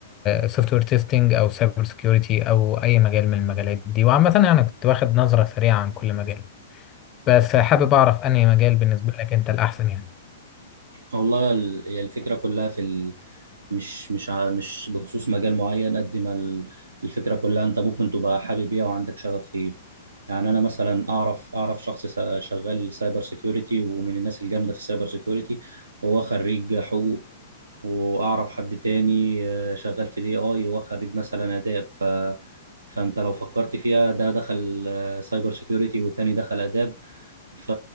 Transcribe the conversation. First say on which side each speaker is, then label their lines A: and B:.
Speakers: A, on the left; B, on the right.
A: سوفت وير تيستنج او سايبر سكيورتي او اي مجال من المجالات دي وعامه يعني كنت واخد نظره سريعه عن كل مجال بس حابب اعرف انهي مجال بالنسبه لك انت الاحسن يعني
B: والله ال- هي الفكره كلها في ال... مش مش ع- مش بخصوص مجال معين قد ما ال- الفكرة كلها انت ممكن تبقى حابب ايه وعندك شغف فيه يعني انا مثلا اعرف اعرف شخص س- شغال سايبر سيكيورتي ومن الناس الجامدة في السايبر سيكيورتي وهو خريج حقوق واعرف حد تاني آه، شغال في الاي اي وهو خريج مثلا اداب ف فانت لو فكرت فيها ده دخل آه، سايبر سيكيورتي والتاني دخل اداب ف